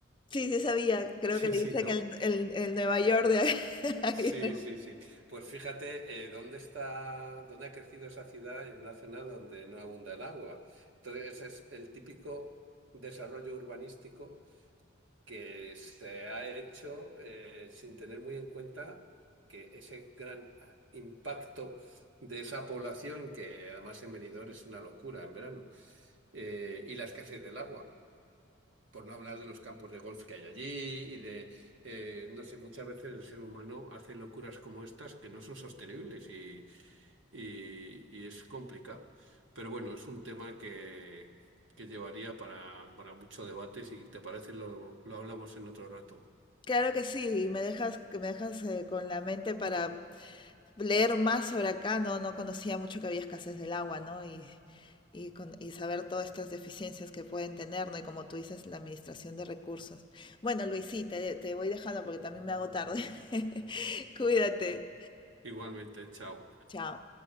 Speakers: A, on the left; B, on the right.
A: Sí, sí sabía, creo
B: <laughs>
A: que le
B: Sí, sí,
A: dicen
B: ¿no?
A: el, el, el Nueva York de... <laughs> ahí.
B: Sí, sí, sí. Pues fíjate, eh, dónde está, dónde ha crecido esa ciudad en una zona donde no abunda el agua. Entonces, es el típico desarrollo urbanístico que se ha hecho eh, sin tener muy en cuenta que ese gran ah, impacto de esa población, que además en Benidorm es una locura en verano, eh, y la escasez del agua por no hablar de los campos de golf que hay allí y de, eh, no sé, muchas veces el ser humano hace locuras como estas que no son sostenibles y, y- y es complicado. Pero bueno, es un tema que, que llevaría para, para mucho debate. Si te parece, lo, lo hablamos en otro rato.
A: Claro que sí, me dejas, que me dejas eh, con la mente para leer más sobre acá, no, no conocía mucho que había escasez del agua, ¿no? Y, y, con- y saber todas estas deficiencias que pueden tener, ¿no? Y como tú dices, la administración de recursos. Bueno, Luis, sí, te, te voy dejando porque también me hago tarde. <laughs> Cuídate.
B: Igualmente, chao.
A: Chao.